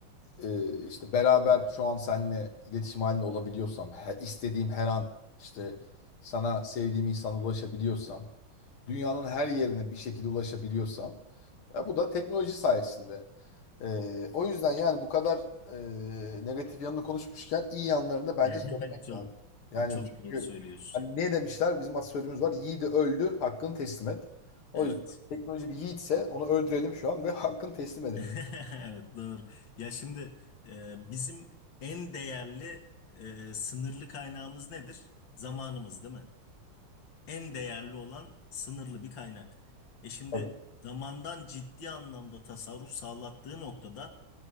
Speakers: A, on the left; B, on the left.
A: e, işte beraber şu an seninle iletişim halinde olabiliyorsam, her, istediğim her an işte sana sevdiğim insana ulaşabiliyorsam dünyanın her yerine bir şekilde ulaşabiliyorsam ya bu da teknoloji sayesinde. E, o yüzden yani bu kadar e, negatif yanını konuşmuşken iyi yanlarını da bence
B: <laughs>
A: söylemek
B: Çok
A: lazım. Yani
B: çok
A: çünkü
B: doğru söylüyorsun.
A: hani ne demişler bizim atasözümüz var yiğidi öldür hakkını teslim et. O
B: Evet.
A: yüzden teknoloji bir yiğitse onu öldürelim şu an ve <laughs> hakkını teslim edelim.
B: <laughs> Evet doğru. Ya şimdi e, bizim en değerli e, sınırlı kaynağımız nedir? Zamanımız değil mi? en değerli olan sınırlı bir kaynak. E şimdi
A: Tabii.
B: zamandan ciddi anlamda tasarruf sağlattığı noktada